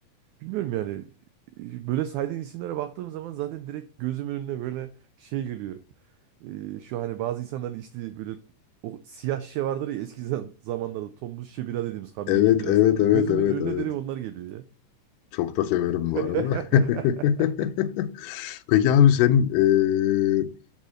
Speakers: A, on the right; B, on the left.
A: Bilmiyorum yani böyle saydığın isimlere baktığım zaman zaten direkt gözümün önüne böyle şey geliyor. Ee, şu hani bazı insanların içtiği böyle o siyah şişe vardır ya eski zam- zamanlarda tombul şişe bira dediğimiz kamyoncu
B: Evet,
A: birası.
B: evet, evet,
A: Gözümün
B: evet,
A: önüne
B: evet.
A: direkt onlar geliyor ya.
B: Çok da severim bu
A: <laughs>
B: arada. <laughs> Peki abi senin e,